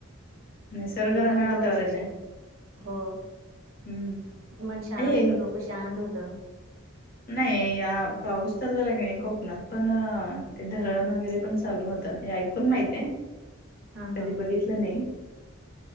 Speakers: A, on the left (about 45°); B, on the right (about 75°).
A: निसर्गरम्य
B: एक आपलं
A: वातावरण
B: वैशिष्ट्यय
A: आहे.
B: हो
A: हम्म
B: मन शांत
A: ये
B: डोकं शांत होत.
A: नाही या पाऊस चालू झाला की नाही कोकणात पण ते धरण वगैरे पण चालू होतात हे कोण माहिते.
B: हा
A: कधी
B: हा
A: बघितलं नाही